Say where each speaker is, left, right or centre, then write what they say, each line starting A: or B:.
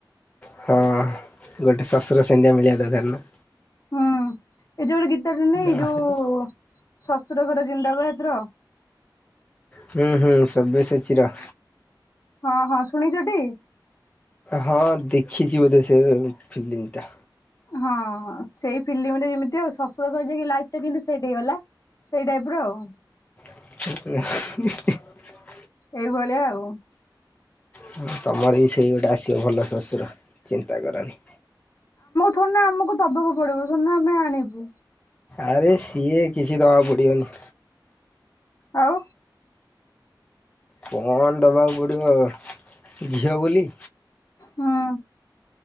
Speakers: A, on the left (about 20°); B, on the left (about 45°).
A: ହଁ ଗୋଟେ ଶଶୁର ସେମେତିଆ ମିଳିବା ଦରକାର ନା।
B: ହୁଁ ଏଇ ଯୋଉ ଗୋଟେ ଗୀତଟେ ନାହିଁ
A: ନହେଲେ
B: ଏଇ ଯୋଉ ଶଶୁର ଘରେ ଜିନ୍ଦାବାଦ ର।
A: ହୁଁ ହୁଁ ସଭ୍ୟସଚୀ ର।
B: ହଁ ହଁ ଶୁଣିଛଟି?
A: ହଁ ଦେଖିଛି ବୋଧେ ସେ ଫିଲ୍ମ ଟା।
B: ହଁ ସେଇ ଫିଲ୍ମରେ ଯେମିତି ଆଉ ଶଶୁର ଘର ଯାଇକି ଲାଇଫଟା କେନ୍ତି ସେଟ ହେଇଗଲା। ସେଇ ଟାଇପର ଆଉ।
A: <unintelligible>
B: ଏଇଭଳିଆ ଆଉ।
A: ହଁ ତମର ବି ସେଇ ଗୋଟେ ଆସିବ ଭଲ ଶଶୁର ଚିନ୍ତା କରନି।
B: ଥୋଡ଼ିନ ଆମକୁ ଦବାକୁ ପଡିବ ଥୋଡିନ ଆମେ ଆଣିବୁ।
A: ଆରେ ସିଏ କିଛି ଦବାକୁ ପଡିବନି।
B: ଆଉ।
A: କଣ ଦବାକୁ ପଡିବ ଝିଅ ବୋଲି।
B: ହଁ।